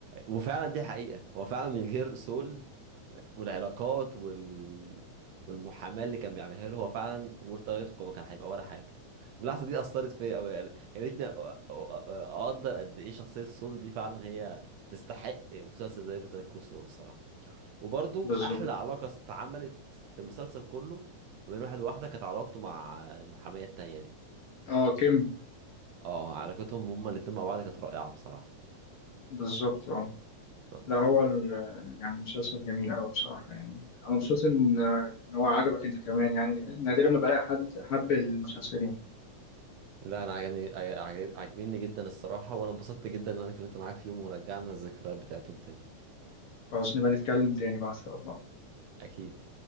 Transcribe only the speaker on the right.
وفعلا دي حقيقة هو فعلا من غير سول والعلاقات وال... والمحاماة اللي كان بيعملها له هو فعلا وورد تايت كان هيبقى ولا حاجة اللحظة دي أثرت فيا أوي يعني خلتني أ- أ- أقدر قد إيه شخصية سول دي فعلا هي تستحق مسلسل زي بيتر كول سول الصراحة وبرضو
أحلى علاقة اتعملت في المسلسل كله بين واحد وواحدة كانت علاقته مع المحامية التانية دي
اه علاقتهم هما الاتنين مع بعض كانت رائعة بصراحة
اه
جدا.
لا انا عجبني عجب- عاجبني جدا الصراحه وانا انبسطت جدا ان انا اتكلمت معاك في يوم ورجعنا الذكريات بتاعتهم تاني
اكيد